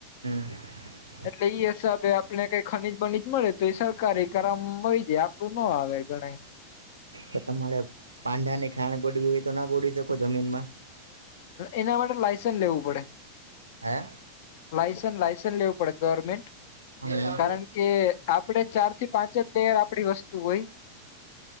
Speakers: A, on the right; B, on the left.
A: હ <inaudible>
B: એટલે એઈ હિસાબે આપણે કઈ ખનીજ બનીજ મળે તો એ સરકાર એ કરામ હોય જાય આપડું ના આવે. <unintelligible>
A: તો તમારે પાંડાની ખાણ ગોડવી હોય તો ના ગોડી શકો જમીનમાં
B: એના માટે લાયસન્સ લેવું પડે
A: હ
B: લાસન્ લાયસન્સ લેવું પડે ગવર્મેન્ટ
A: હા હા
B: કારણ કે આપડે ચાર થી પાંચ જ લેયર આપડી વસ્તુ હોય